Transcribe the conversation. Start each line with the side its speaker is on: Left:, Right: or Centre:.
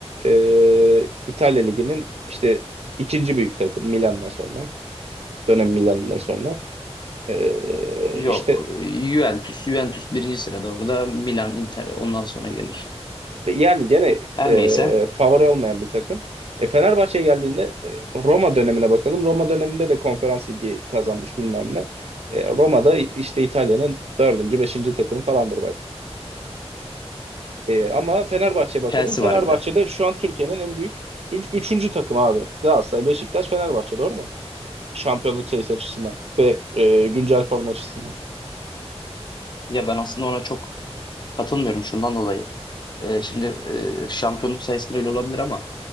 Right: e, İtalya Ligi'nin işte ikinci büyük takımı Milan'dan sonra. Dönem Milan'dan sonra. E,
Left: Yok.
Right: işte
Left: Juventus, Juventus birinci sırada orada. Milan, Inter ondan sonra gelir.
Right: De- Yani gene
Left: Her
Right: e,
Left: neyse.
Right: favori olmayan bir takım. E, Fenerbahçe'ye geldiğinde e, Roma dönemine bakalım. Roma döneminde de konferans ligi kazanmış bilmem ne. E, Roma'da işte İtalya'nın dördüncü, beşinci takımı falandır belki. E, ama Fenerbahçe'ye bakalım.
Left: Chelsea
Right: Fenerbahçe'de
Left: var bir de.
Right: şu an Türkiye'nin en büyük üç, üçüncü takımı abi. Galatasaray, Beşiktaş, Fenerbahçe doğru mu? Şampiyonluk sayısı açısından ve e, güncel form açısından.
Left: Ya ben aslında ona çok katılmıyorum şundan dolayı. Ee, şimdi e, şampiyonluk sayısında öyle olabilir ama